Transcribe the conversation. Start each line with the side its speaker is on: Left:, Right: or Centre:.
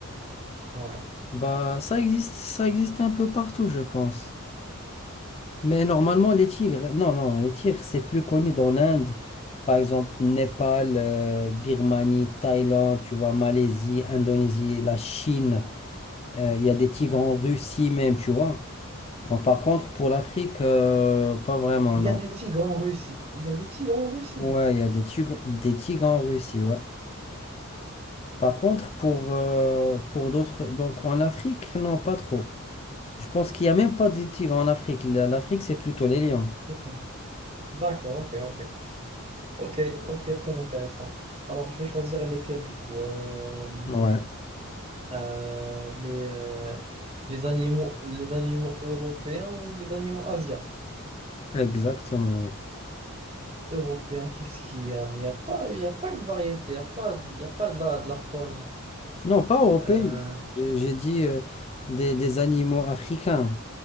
Right: Ouais.
Left: bah ça existe, ça existe un peu partout, je pense. Mais normalement, les tigres, non, non, les tigres, c'est plus connu dans l'Inde, par exemple, Népal, euh, Birmanie, Thaïlande, tu vois, Malaisie, Indonésie, la Chine, Euh, il y a des tigres en Russie même, tu vois. Donc, par contre, pour l'Afrique, euh, pas vraiment,
Right: Il
Left: non.
Right: y a des tigres en Russie. Il y a des tigres en Russie.
Left: Ouais, il y a des tigres, des tigres en Russie, ouais. Par contre, pour, euh, pour d'autres, donc en Afrique, non, pas trop. Je pense qu'il n'y a même pas des tigres en Afrique. La- L'Afrique, c'est plutôt les lions.
Right: C'est pas. D'accord, ok, ok. Ok, ok, très intéressant. Alors, je vais choisir lesquels, du coup. Euh,
Left: Ouais,
Right: euh, les, euh, les animaux, les animaux européens ou les animaux asiatiques?
Left: exactement. ouais.
Right: Européen, qu'est-ce qu'il y a? Mais il n'y a pas, il y a pas une variété, il n'y a pas, il y a pas de la, de la faune
Left: Non, pas européens.
Right: euh,
Left: J'ai j'ai dit euh, des, des animaux africains